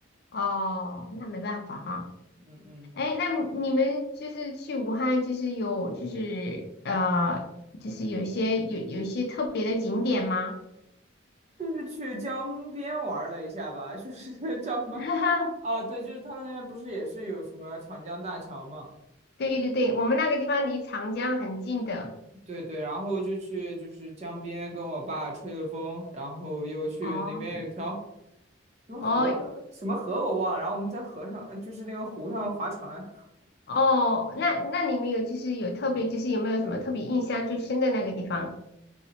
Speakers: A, on the left; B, on the right.
A: 哦，那没办法哈、
B: 嗯嗯，
A: 哎，那你们就是去武汉，就是有就是呃，就是有一些有有一些特别的景点吗？
B: 就是去江边玩了一下吧，就是 <laughs> 叫什么，
A: <laughs> 哈哈，
B: 啊对，就是他们那边不是也是有什么长江大桥嘛。
A: 对对对，我们那个地方离长江很近的。
B: 对对，然后就去就是江边跟我爸吹了风，然后又去那边有一条
A: 哦，
B: 什么河，
A: 哦
B: 什么河我忘了，然后我们在河上，呃就是那个湖上划船。
A: 哦，那那你们有就是有特别就是有没有什么特别印象最深的那个地方？